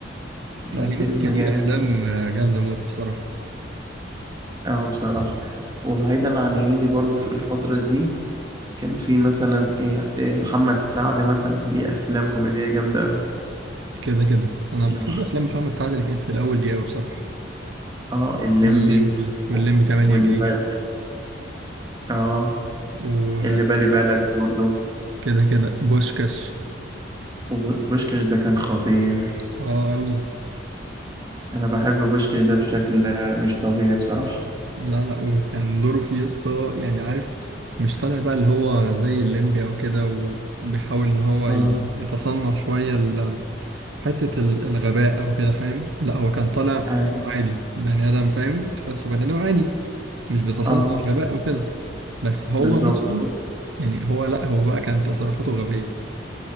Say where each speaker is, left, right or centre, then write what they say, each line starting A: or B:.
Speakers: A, on the right; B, on the right.
A: لا
B: كان
A: هنيدي
B: فيلم
A: كان
B: جامد
A: ليه أفلام
B: بصراحة
A: آه، جامدة موت بصراحة
B: اه بصراحة وبعيدا عن هنيدي برضو في الفترة دي كان في مثلا ايه, إيه محمد سعد مثلا ليه أفلام كوميدية جامدة أوي
A: كده كده أنا
B: لو
A: بحب
B: حضر
A: أفلام محمد سعد اللي كانت في الأول دي قوي بصراحة
B: اه الليمبي
A: الليمبي والليمبي 8
B: واللي
A: جيجا
B: بالي اه
A: وكده
B: اللي بالي بالك برضو
A: كده بوشكاش
B: وبوشكاش ده كان خطير
A: اه قوي
B: انا بحب بوشكش ده بشكل مش طبيعي بصراحة
A: لا لا وكان دوره فيه يا اسطى يعني عارف مش طالع بقى اللي هو زي الليمبي او كده وبيحاول ان هو
B: اه
A: ي- يتصنع شوية ال- حتة ال- الغباء او كده فاهم لا هو كان طالع
B: اي
A: عادي بني ادم فاهم تحسه بني ادم عادي مش بيتصنع
B: اه
A: الغباء او كده بس هو
B: بالظبط
A: نفسه يعني هو لا هو بقى كانت تصرفاته غبية